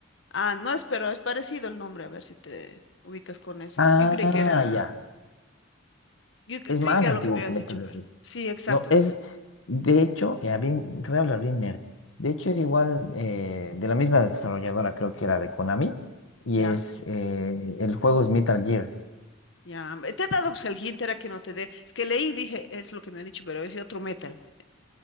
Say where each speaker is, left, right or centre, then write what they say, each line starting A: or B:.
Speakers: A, on the left; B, on the left.
A: Ah, no, es, pero es parecido el nombre, a ver si te ubicas con eso.
B: Ah,
A: Yo creí que era,
B: ya.
A: yo cre-
B: Es
A: creí
B: más
A: que era
B: antiguo
A: lo que me habías
B: que Metal
A: dicho, pero
B: Slug.
A: sí, exacto.
B: No, es, de hecho, ya bien, te voy a hablar bien nerd. De hecho, es igual, eh, de la misma desarrolladora, creo que era de Konami, y
A: Ya,
B: es, eh, el juego es Metal Gear.
A: ya. Te he dado pues, el hint, era que no te dé. Es que leí y dije, es lo que me han dicho, pero es otro metal.